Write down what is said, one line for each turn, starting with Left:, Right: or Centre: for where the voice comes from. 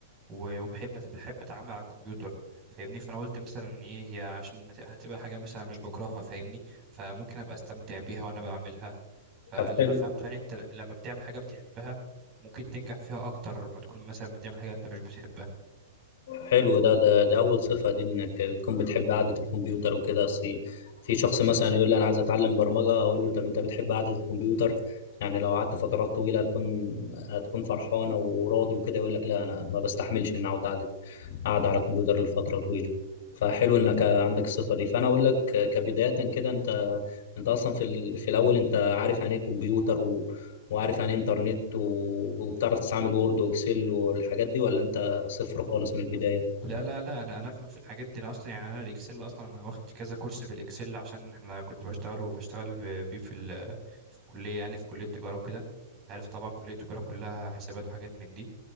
Right: و- وبحب بحب اتعامل على الكمبيوتر فاهمني فانا قلت مثلا ايه هي عشان بت- هتبقى حاجه مثلا مش بكرهها فاهمني فممكن ابقى استمتع بيها وانا بعملها فاللي
Left: طب حلو
Right: انا فهمته يعني انت لما بتعمل حاجه بتحبها ممكن تنجح فيها اكتر ما تكون مثلا بتعمل حاجه انت مش بتحبها
Left: حلو ده ده دي أول صفة دي إنك بتكون بتحب قعدة الكمبيوتر وكده أصل في شخص مثلا يقول لي أنا عايز أتعلم برمجة أقول له طب أنت بتحب قعدة الكمبيوتر يعني لو قعدت فترات طويلة هتكون هتكون فرحانة وراضي وكده يقول لك لا أنا ما بستحملش إن أقعد قعدة قاعد على الكمبيوتر لفترة طويلة فحلو إنك عندك الصفة دي فأنا أقول لك كبداية كده أنت أنت أصلا في ال... في الأول أنت عارف يعني إيه كمبيوتر و... وعارف يعني إيه إنترنت و... وبتعرف تستعمل وورد وإكسل والحاجات دي ولا أنت صفر خالص من البداية
Right: لا لا لا انا انا افهم في الحاجات دي انا اصلا يعني انا الاكسل اصلا انا واخد كذا كورس في الاكسل عشان احنا كنت بشتغل وبشتغل ب- بيه في ال- في الكليه يعني في كليه التجاره وكده عارف طبعا كليه التجاره كلها حسابات وحاجات من دي